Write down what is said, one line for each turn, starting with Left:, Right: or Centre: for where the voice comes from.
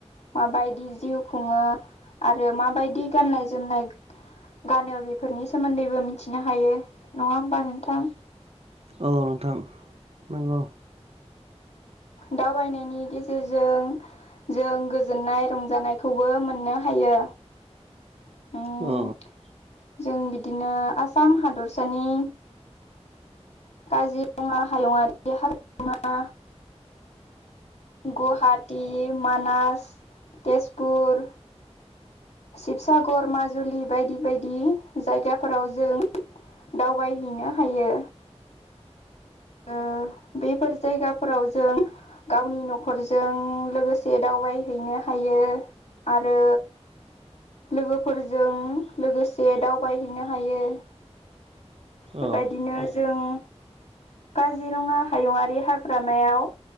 Left: माबायदि जिउ खुंङो आरो माबायदि गाननाय जोमनाय गानो बेफोरनि सोमोन्दैबो मिथिनो हायो, नङा होमबा नोंथां?
Right: औ नोंथां नंगौ।
Left: दावबायनायनि गेजेरजों जों गोजोननाय रंजानायखौबो मोननो हायो। उम
Right: औ।
Left: जों बिदिनो आसाम हादरसानि काजिरङा हायुङारि हाग्रामा गुवाहाटि, मानास, तेजपुर, शिबसागर, माजुलि बायदि बायदि जायगाफोराव जों दावबायहैनो हायो। ओ बेफोर जायगाफोराव जों गावनि न'खरजों लोगोसे दावबायहैनो हायो आरो लोगोफोरजों लोगोसे दावबायहैनो हायो। बेबायदिनो
Right: औ
Left: जों काजिरङा हायुङारि हाग्रामायाव